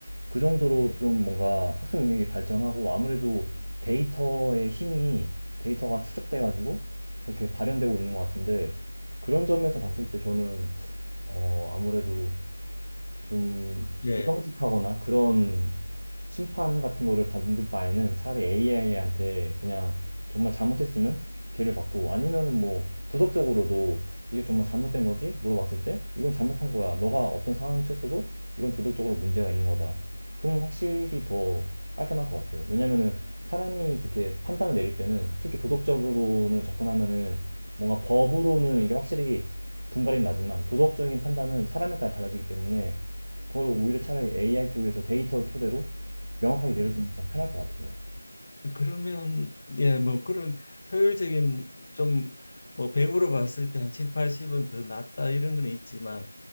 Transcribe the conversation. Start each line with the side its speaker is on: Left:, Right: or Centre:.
Right: 그 정도로
Left: 예,
Right: 좀 뭔가 학습 능력이 발전하고 아무래도 데이터의 힘이 데이터가 축적돼가지고 그렇게 발현되고 있는 것 같은데 그런 점에서
Left: 예,
Right: 봤을 때 저는 어, 아무래도 좀
Left: 예,
Right: 부정직하거나 그런 심판 같은 거를 받는 바에는 차라리 AI한테 그냥 정말 잘못했으면 죄를 받고 아니면은 뭐 도덕적으로도 이게 정말 잘못된 거지? 물어봤을 때 이건 잘못한 거야. 너가 어떤 상황이 쳤어도 이건 도덕적으로 문제가 있는 거다. 그럼 확실히 더 깔끔할 것 같아요. 왜냐면은 사람이 그렇게 판단을 내릴 때는 특히 도덕적으로는 접근하면은 뭔가 법으로는 이게 확실히 분갈이 나지만 도덕적인 판단은 사람에 따라 달라지기 때문에 그걸 오히려
Left: 예.
Right: 차라리 AI 쪽에서 데이터를 토대로 명확하게 내려주면
Left: 예.
Right: 좀 편할 것 같아요.
Left: 그러면 예, 뭐 그런 효율적인 좀 뭐 100으로 봤을 때 한 7, 80은 더 낫다 이런 건 있지만